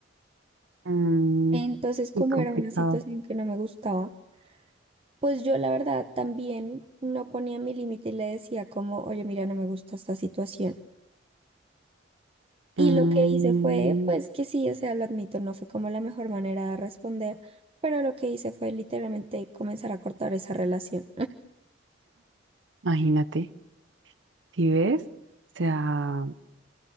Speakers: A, on the right; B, on the right.
A: Mm,
B: Entonces, como
A: y complicado.
B: era una situación que no me gustaba, pues yo la verdad también no ponía mi límite y le decía como, oye, mira, no me gusta esta situación. Y
A: Mm,
B: lo que hice fue, pues que sí, o sea, lo admito, no fue como la mejor manera de responder, pero lo que hice fue literalmente comenzar a cortar esa relación.
A: imagínate, si ves, o sea...